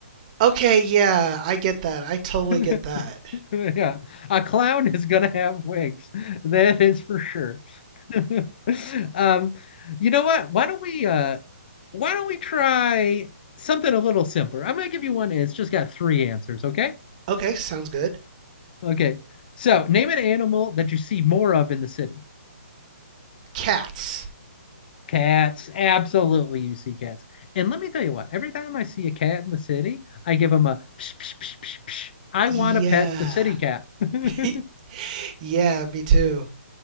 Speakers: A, on the right; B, on the left.
A: Okay, yeah, I get that. I totally
B: <laughs>
A: get that.
B: Yeah, a clown is gonna have wigs. That is for sure. <laughs> Um, you know what? Why don't we uh why don't we try something a little simpler? I'm gonna give you one. It's just got three answers, okay?
A: Okay, sounds good.
B: Okay. So name an animal that you see more of in the city.
A: Cats.
B: Cats, absolutely, you see cats. And let me tell you what, every time I see a cat in the city, I give them a psh, psh, psh, psh, psh. I
A: Yeah.
B: want to pet the city cat. <laughs>
A: <laughs> yeah, me too.